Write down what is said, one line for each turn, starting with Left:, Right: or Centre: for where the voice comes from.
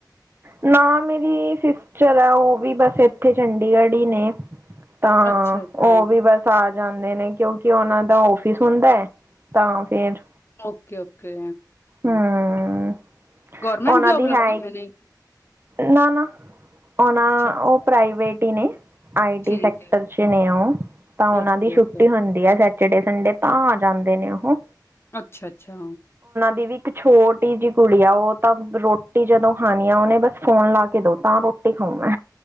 Right: ਨਾ ਮੇਰੀ ਸਿਸਟਰ ਆ, ਉਹ ਵੀ ਬਸ ਇੱਥੇ ਚੰਡੀਗੜ੍ਹ ਹੀ ਨੇ। ਤਾਂ,
Left: ਅੱਛਾ-ਅੱਛਾ
Right: ਉਹ ਵੀ ਬਸ ਆ ਜਾਂਦੇ ਨੇ, ਕਿਉਂਕਿ ਉਹਨਾਂ ਦੇ ਉਸ ਦਾ ਆਫਿਸ ਹੁੰਦਾ ਹੈ, ਤਾਂ ਫੇਰ
Left: ਓਕੇ- ਓਕੇ।
Right: ਹਮ।
Left: ਗਵਰਮੈਂਟ
Right: ਉਹਨਾਂ
Left: ਜੋਬ
Right: ਦੀ
Left: ਲੱਗੇ
Right: ਹੈ ਹੀ-
Left: ਪਈ ਨੇ।
Right: ਨਾ- ਨਾ। ਉਹਨਾ,
Left: ਅੱਛਾ-ਅੱਛਾ
Right: ਉਹ ਪ੍ਰਾਈਵੇਟ ਹੀ ਨੇ, ਆਈ ਟੀ
Left: ਠੀਕ
Right: ਸੈਕਟਰ
Left: ਐ
Right: ਚ ਨੇ ਉਹ, ਤਾਂ ਉਹਨਾ
Left: ਓਕੇ-ਓਕੇ।
Right: ਦੀ ਛੁੱਟੀ ਹੁੰਦੀ ਆ ਜਿਹੜੇ ਸੰਡੇ ਤਾਂ ਆ ਜਾਂਦੇ ਨੇ ਉਹ।
Left: ਅੱਛਾ- ਅੱਛਾ।
Right: ਦੀਦੀ ਦੀ ਇੱਕ ਛੋਟੀ ਜਿਹੀ ਕੁੜੀ ਆ, ਉਹ ਤਾਂ ਰੋਟੀ ਜਦੋਂ ਖਾਣੀ ਆ ਉਹਨੇ, ਬਸ ਫੋਨ ਲਾ ਕੇ ਦੋ ਤਾਂ ਰੋਟੀ ਖਾਊ ਮੈਂ